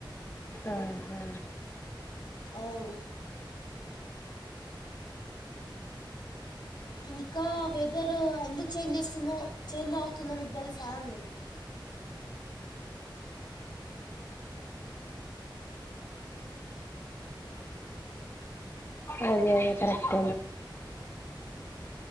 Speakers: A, on the left (about 30°); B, on the left (about 60°).
A: ఆహా
B: ఆవును ఇంకా వెదర్ ఎందుకు చేంజ్ చేస్తుందో చేంజ్ అవుతుందో మీకు తెలుసా అన్ని
A: అదే అదే కరెక్ట్